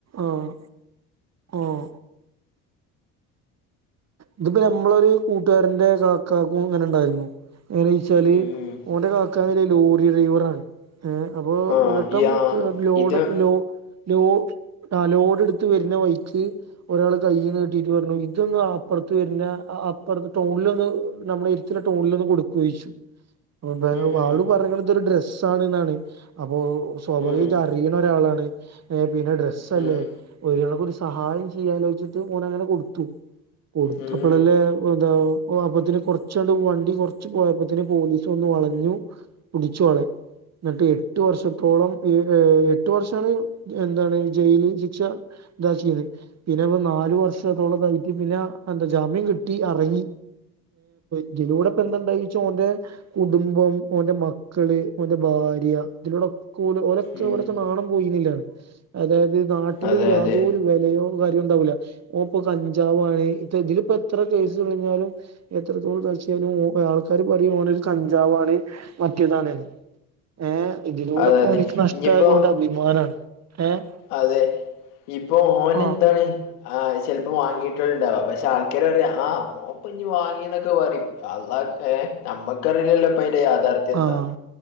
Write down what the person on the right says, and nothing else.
ആഹ് ആഹ് ഇതിപ്പോ ഞമ്മളൊരു കൂട്ടുകാരന്റെ കാക്കാക്കും ഇങ്ങനെണ്ടായിരുന്നു എങ്ങനേയ് റ്റാല്
ഓന്റെ കാക്കന്ന് ല്ലെയ് ലോറി ഡ്രൈവറാണ് ഏഹ് അപ്പൊ
ഒരട്ടം
മുക്ക് ലോ‌ഡ്
ക് ലോ ലോ ആഹ് ലോഡ് ഇട്ത്ത് വെര്നെ വഴിക്ക് ഒരാള് കയ്യി നീട്ടിട്ട് പറഞ്ഞു തൊന്ന് ആപ്പൊറ്ത്ത് വെര്നെ അപ്പൊറത്ത് ടൗണിലൊന്ന് നമ്മള എരിത്ത്ള്ളെ ടൗണിൽ ഒന്ന് കൊടുക്കോയിച്ചു <inaudible> അപൊ ബെനോ
വാളു പറഞ്ഞ്ത് തൊഒരു ഡ്രസ്സ് ആണ് ന്നാണ് അപ്പോ സ്വാഭാവിക
അറിയണ ഒരാളാണ് ഏഹ് പിന്നെ ഡ്രസ്സ് അല്ലേ
ഒരാൾക്ക് ഒരു സഹായം ചെയ്യാലോച്ചിട്ട് ഓൻ അങ്ങനെ കൊടുത്തു കൊടുത്തപ്പളല്ലേ
<unintelligible> താ അപ്പത്തിന് കൊറച്ചാണ്ട് വണ്ടി കുറച്ച് പോയപ്പത്തിന് പോലീസ് വന്ന് വളഞ്ഞു പുടിച്ചോളെ ന്നിട്ട് എട്ടു വർഷത്തോളം ഇഹ് ഏഹ് എട്ടു വർഷാണ് എന്താണ് ജയില് ശിക്ഷ ഇതാക്കിയത് പിന്നെ ഇവൻ നാലു വർഷത്തോളം ക <unintelligible> പിന്നെ എന്താ ജാമ്യം കിട്ടി അറങ്ങി ഇതിലൂടെപ്പ ന്താണ്ടായിച്ച ഓന്റെ കുടുംബം, ഓന്റെ മക്കള്, ഓന്റെ ഭാര്യ ഇതിലൂടോക്കോല് ഓലെ ക്കെ
ഓലെക്കെ നാണം പോയിന്നില്ലെ അതായത് നാട്ടില്
യാതൊരു
വെലി <unintelligible> വെലിം ണ്ടാവൂല്ല ഓപ്പൊ കഞ്ചാവാണ് ഇ ഇതിലിപ്പോ എത്ര കേസ് കഴിഞ്ഞാലും എത്രത്തോളം കാഴ്ചാലും ആൾക്കാർ പറയും ഓനൊരു കഞ്ചാവാണ് മറ്റേതാണ് ന്ന് ഏഹ് ഇതിലൂടപ്പം
ഓനിക്ക് നഷ്ടായത്
ഓന്റെ അഭിമാനമാണ് ഏഹ്
ആഹ്
ആഹ്